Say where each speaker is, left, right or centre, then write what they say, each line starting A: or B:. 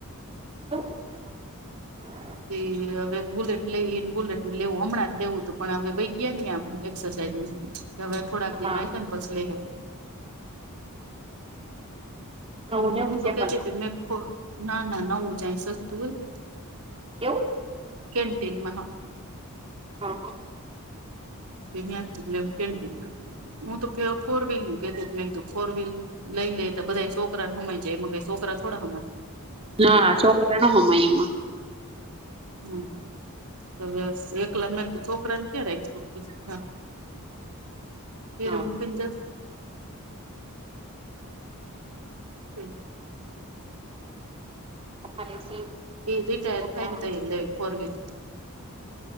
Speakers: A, on the right; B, on the right.
A: હ.
B: કે હવે બુલેટ લઈને બુલેટ લેવું હમણાં જ લેવું હતું પણ હવે ભાઈ ગયા આમ એક્સરસાઇઝ ન હવે થોડાક દિ.
A: હા
B: <unintelligible>
A: નવું
B: હમ
A: નેવું
B: હું તો
A: સેકન્ડ
B: કેતી કે ના ના નવું જાય સસ્તું હોય.
A: કેવું?
B: કેન્ટીનમાં.
A: હા
B: <unintelligible> કેન્ટીનમાંથી હું તો ફોર વ્હીલ નું કેતો મે ફોર વ્હીલ લઈ લે બધાય છોકરા સમાયી જાય એમ છોકરા થોડા સમાય?
A: ના છોકરા નો હોમાય એમાં
B: હમ. હ એકલા છોકરા ને ક્યાં રાખીશું? ઘેર
A: હા
B: મૂકી જાવ? હમ
A: અમારે સેમ
B: રિટાયર
A: એ હમણાં
B: થાય ને ત્યારેજ લેવી ફોર વ્હીલર